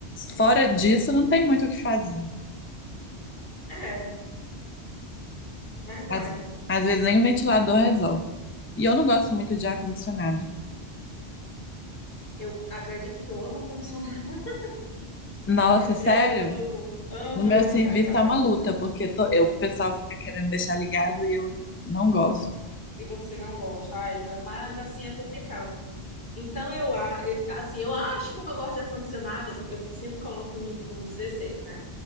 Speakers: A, on the left; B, on the left.
A: fora disso não tem muito o que fazer.
B: É, verdade.
A: Às, às vezes nem o ventilador resolve. E eu não gosto muito de ar-condicionado.
B: Eu acredito que eu amo ar-condicionado. <laughs>
A: Nossa, sério?
B: Eu amo. Aham,
A: No meu
B: eu
A: serviço
B: amo estar debaixo
A: é uma
B: do ar-condicionado.
A: luta, porque to- eu, o pessoal fica querendo deixar ligado e eu não gosto.
B: E você não gosta. Ah, então, mas assim é complicado. Então, eu, a- eh, assim, eu acho, como eu gosto de ar-condicionado, eu sempre coloco no, no 16, né?